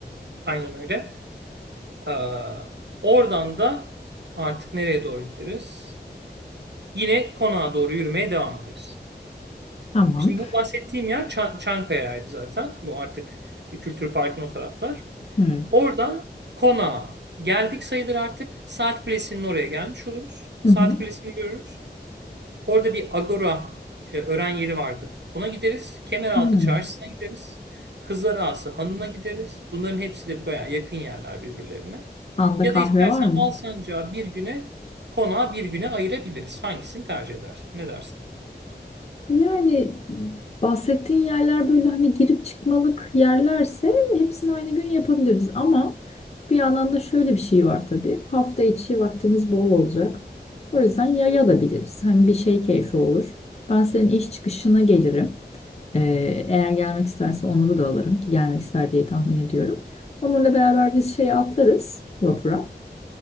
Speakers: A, on the right; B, on the left.
A: Aynen öyle. Ee, oradan da artık nereye doğru gideriz? Yine konağa doğru yürümeye devam ederiz.
B: Tamam.
A: Şimdi bu bahsettiğim yer Çan- Çankaya'ydı zaten. Bu artık Kültür Park'ın o taraflar.
B: Hı.
A: Oradan konağa geldik sayılır artık. Saat Kulesi'nin oraya gelmiş oluruz.
B: Hı
A: Saat
B: hı.
A: Kulesi'ni görürüz. Orada bir agora e, öğren yeri vardı. Ona gideriz. Kemeraltı
B: Hmm.
A: Çarşısı'na gideriz. Kızlar Ağası Hanı'na gideriz. Bunların hepsi de bayağı yakın yerler birbirlerine.
B: Anda
A: Ya
B: kahve
A: da istersen
B: var mı?
A: Alsancak'a bir güne, konağa bir güne ayırabiliriz. Hangisini tercih edersin? Ne dersin?
B: Yani bahsettiğin yerler böyle hani girip çıkmalık yerlerse hepsini aynı gün yapabiliriz. Ama bir yandan da şöyle bir şey var tabii. Hafta içi vaktimiz bol olacak. O yüzden yaya da biliriz. Hem bir şey keyfi olur. Ben senin iş çıkışına gelirim. Ee, eğer gelmek isterse Onur'u da alırım. Ki gelmek ister diye tahmin ediyorum. Onur'la beraber biz şeye atlarız vapura.